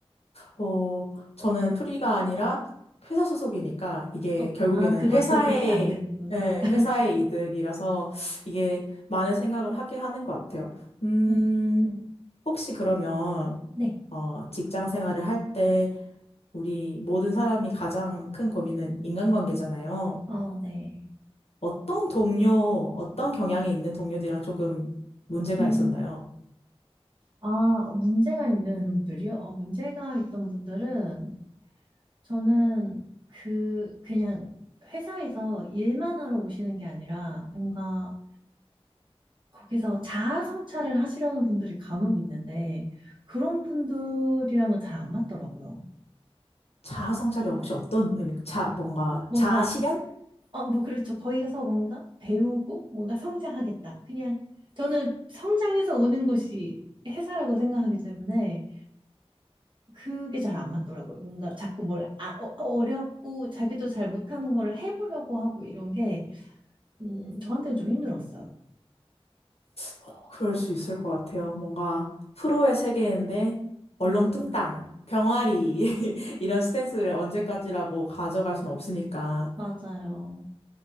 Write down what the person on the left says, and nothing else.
어, 저는 프리가 아니라 회사 소속이니까 이게
결국에는
회사의,
예,
회사의 이득이라서 이게 많은 생각을 하게 하는 것 같아요. 음,
혹시 그러면,
어, 직장 생활을 할 때 우리 모든 사람이 가장 큰 고민은 인간관계잖아요.
어떤 동료, 어떤 경향이 있는 동료들이랑 조금 문제가
있었나요?
자아 성찰이 혹시 어떤 의미, 자, 뭔가,
자아 실현?
어, 그럴 수 있을 것 같아요. 뭔가 프로의 세계인데 얼렁뚱땅,
병아리 <laughs> 이런 스탠스를 언제까지라고 가져갈 순 없으니까